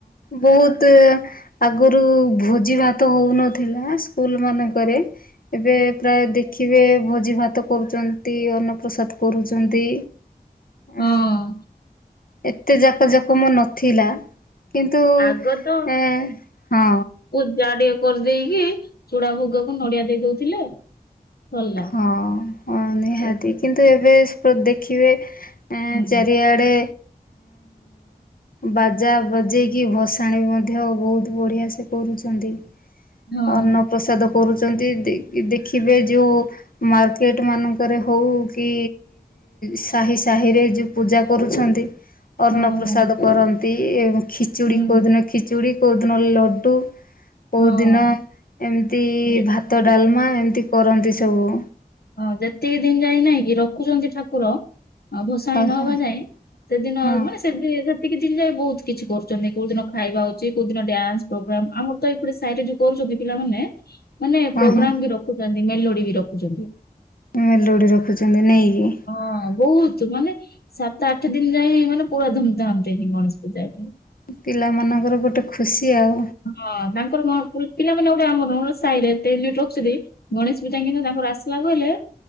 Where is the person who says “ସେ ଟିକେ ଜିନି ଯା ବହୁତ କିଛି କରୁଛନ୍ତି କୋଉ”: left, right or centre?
Left